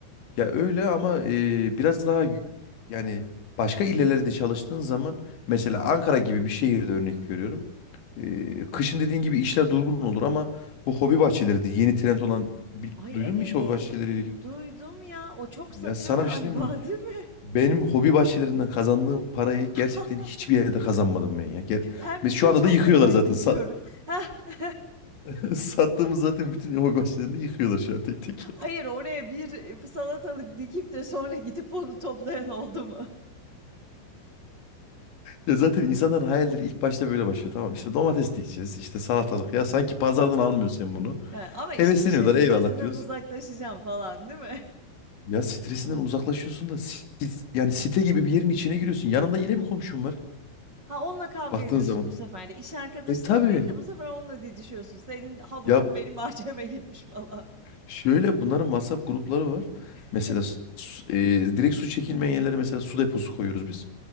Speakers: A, on the left; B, on the right.
A: Ya öyle ama e, biraz daha yü- yani başka illerde de çalıştığın zaman mesela Ankara gibi bir şehirde örnek veriyorum. E, kışın dediğin gibi işler durgun olur ama bu hobi bahçeleri de yeni trend olan bi-
B: Ay,
A: duydun
B: evet,
A: mu hiç hobi bahçeleriyle ilgili?
B: duydum ya. O çok satıyor
A: Ya sana
B: galiba,
A: bir şey diyeyim mi?
B: değil mi?
A: Benim hobi bahçelerinden kazandığım parayı
B: <laughs>
A: gerçekten hiçbir yerde kazanmadım ben ya. Ger
B: Ben
A: ve
B: bir
A: şu
B: şey
A: anda
B: çok
A: da yıkıyorlar
B: merak
A: zaten.
B: ediyorum.
A: Sa-
B: <laughs> Heh,
A: <laughs> Sattığımız zaten bütün hobi bahçelerini yıkıyorlar şu an tek tek.
B: hayır, oraya bir, salatalık dikip de sonra gidip onu toplayan oldu mu?
A: Ya zaten insanların hayalleri ilk başta böyle başlıyor. Tamam işte domates dikeceğiz, işte salatalık. Ya sanki pazardan almıyorsun sen bunu.
B: He, ama,
A: Hevesleniyorlar
B: işte, işin stresinden
A: eyvallah diyoruz.
B: uzaklaşacağım falan, değil mi? <laughs>
A: Ya stresinden uzaklaşıyorsun da sit- yani site gibi bir yerin içine giriyorsun. Yanında yine bir komşun var
B: Ha, onunla kavga
A: baktığın
B: ediyorsun
A: zaman.
B: bu sefer de. İş arkadaşınla
A: E tabii.
B: değil de bu sefer onunla didişiyorsun. Senin havucun
A: Ya
B: benim <laughs> bahçeme girmiş falan.
A: şöyle bunların WhatsApp grupları var.
B: <laughs>
A: Mesela su- e, direkt su çekilmeyen yerlere mesela su deposu koyuyoruz biz.